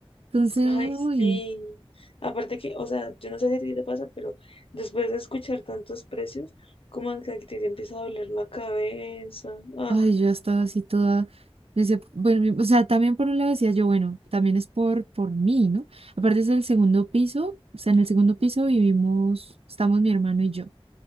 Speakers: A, on the right; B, on the left.
A: Entonces,
B: Ay,
A: uy,
B: sí. Aparte que, o sea, yo no sé si a ti te pasa, pero después de escuchar tantos precios, como que a ti te empieza a doler la cabeza. Ah,
A: ay, yo estaba así toda, decía, bueno, mi- o sea, también por un lado decía yo, bueno, también es por, por mí, ¿no? Aparte es el segundo piso, o sea, en el segundo piso vivimos, estamos mi hermano y yo.